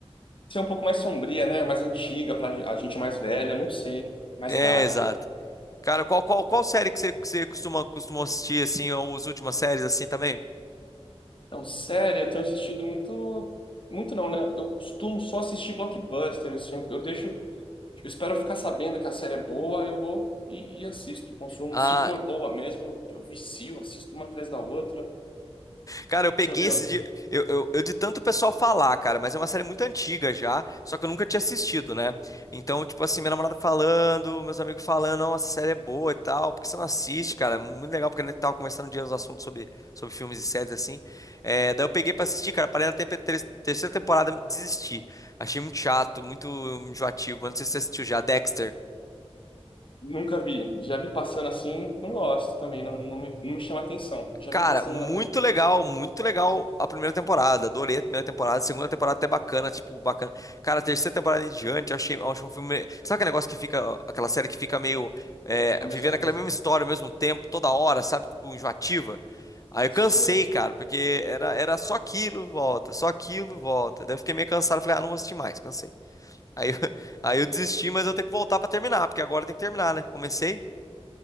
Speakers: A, on the left; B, on the left.
A: Ser um pouco mais sombria, né? Mais antiga, pra a gente mais velha, não sei. Mais
B: É,
A: dark.
B: exato. Cara, qual, qual, qual série que você, que você costuma, costuma assistir, assim, ou as últimas séries, assim, também?
A: Então, sério, eu tenho assistido muito. Muito não, né? Eu costumo só assistir blockbuster, assim. Eu, eu deixo. Eu espero ficar sabendo que a série é boa, eu vou e, e assisto, consumo.
B: Ah,
A: Se for boa mesmo, eu vicio, assisto uma atrás da outra.
B: Cara, eu peguei
A: Deixa eu ver.
B: esse dia. Eu, eu, eu de tanto pessoal falar, cara, mas é uma série muito antiga já, só que eu nunca tinha assistido, né? Então, tipo assim, minha namorada falando, meus amigos falando, não, essa série é boa e tal, por que você não assiste, cara? É Muito legal, porque a gente tava conversando um dia os assuntos sobre, sobre filmes e séries, assim. É, daí eu peguei pra assistir, cara, parei na tempe- ter- terceira temporada, e desisti. Achei muito chato, muito enjoativo, mas não sei se você assistiu já, Dexter.
A: Nunca vi. Já vi passando assim, não gosto também, não, não me, não me chama atenção. Já
B: Cara,
A: vi passando
B: muito
A: na TV,
B: legal, muito legal a primeira temporada. Adorei a primeira temporada, a segunda temporada é até bacana, tipo, bacana. Cara, a terceira temporada em diante, eu achei, eu acho um filme. Sabe aquele negócio que fica, aquela série que fica meio é,
A: a mesma
B: vivendo aquela
A: coisa.
B: mesma história ao mesmo tempo, toda hora, sabe? Tipo, enjoativa. Aí eu
A: Sei.
B: cansei, cara, porque era, era só aquilo, volta, só aquilo, volta. Daí eu fiquei meio cansado, falei, ah, não vou assistir mais, cansei. Aí, eu- <laughs> aí eu desisti, mas eu tenho que voltar pra terminar, porque agora tem que terminar, né? Comecei,